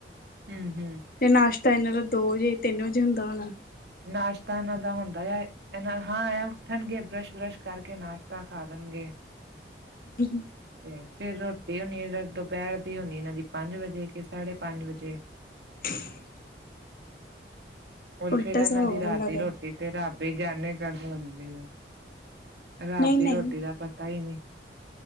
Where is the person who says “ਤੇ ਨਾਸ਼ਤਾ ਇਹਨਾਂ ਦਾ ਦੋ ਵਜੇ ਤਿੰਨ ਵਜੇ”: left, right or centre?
Left